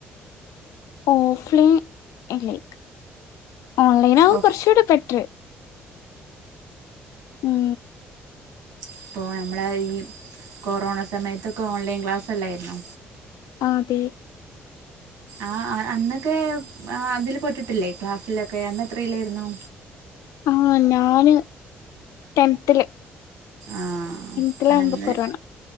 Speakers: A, on the left; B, on the right.
A: ഓഫ് ലൈൻ എ ലൈക്ക് ഓൺലൈനാവും
B: ഓഫ്
A: കൊറച്ചൂടെ ബെറ്റ്ർ ഉം
B: ഇപ്പോ നമ്മളേ ഈ കൊറോണ സമയത്തൊക്കെ ഓൺലൈൻ ക്ലാസ്സല്ലാര്ന്നോ
A: ആതെ
B: ആഹ് അന്നൊക്കെ ആ അതില് പെട്ടിട്ടില്ലേ ക്ലാസ്സിലൊക്കെ അന്നത്രേ ലേര്ന്നു
A: ആഹ് ഞാന് ടെൻത്തില്
B: ആഹ്
A: ടെൻത്തിലാവുമ്പോ
B: അതേ
A: കൊറോണ